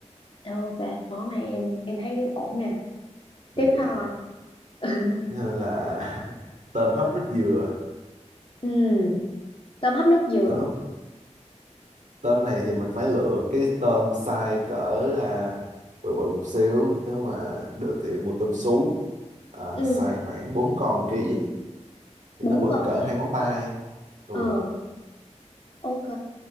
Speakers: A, on the left (about 45°); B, on the right (about 80°).
A: ok. Món này em em thấy ổn nè.
B: đơn
A: tiếp
B: giản
A: thôi <laughs>
B: Thế nên là <laughs> tôm hấp nước dừa
A: ừ. tôm hấp nước dừa
B: tôm hấp, tôm này thì mình phải lựa cái tôm size cỡ à, bự bự một xíu nếu mà được thì mua tôm sú à,
A: ừ.
B: size khoảng bốn con ký thì
A: bốn
B: nó bự
A: con
B: cỡ
A: cái
B: hai ngón tay ừ.
A: ờ ok